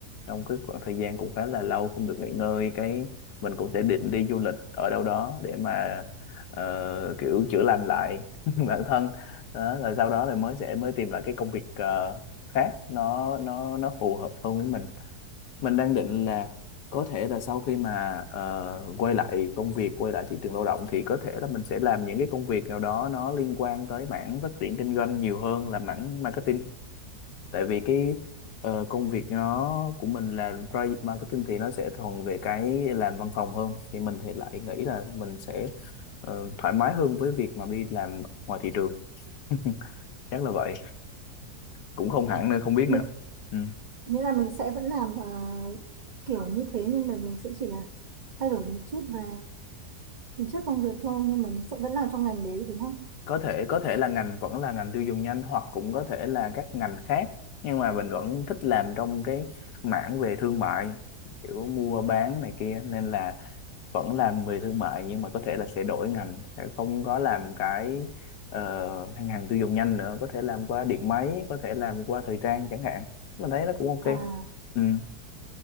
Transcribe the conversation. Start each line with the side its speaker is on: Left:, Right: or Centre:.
Left: trong cái khoảng thời gian cũng khá là lâu không được nghỉ ngơi cái mình cũng sẽ định đi du lịch ở đâu đó để mà ờ, kiểu chữa lành lại <laughs> bản thân đó rồi sau đó là mới sẽ mới tìm lại cái công việc ờ, khác nó nó nó phù hợp hơn với mình mình đang định là có thể là sau khi mà ờ, quay lại công việc quay lại thị trường lao động thì có thể là mình sẽ làm những cái công việc nào đó nó liên quan tới mảng phát triển kinh doanh nhiều hơn là mảng marketing tại vì cái ờ, công việc nó của mình là project marketing thì nó sẽ thuần về cái làm văn phòng hơn thì mình thì lại nghĩ là mình sẽ ờ, thoải mái hơn với việc mà đi làm ngoài thị trường <laughs> chắc là vậy cũng không hẳn nữa không biết
Right: nghĩa,
Left: nữa Ừ.
Right: nghĩa là mình sẽ vẫn làm ờ, kiểu như thế nhưng mà mình sẽ chỉ là thay đổi một chút về tính chất công việc thôi nhưng mà nó sẽ vẫn làm trong ngành đấy đúng không
Left: có thể có thể là ngành vẫn là ngành tiêu dùng nhanh hoặc cũng có thể là các ngành khác nhưng mà mình vẫn thích làm trong cái mảng về thương mại kiểu mua bán này kia nên là vẫn làm về thương mại nhưng mà có thể là sẽ đổi ngành sẽ không có làm cái ờ, hàng hàng tiêu dùng nhanh nữa có thể làm qua điện máy có thể làm qua thời trang chẳng hạn mình thấy nó cũng ok
Right: à
Left: ừ,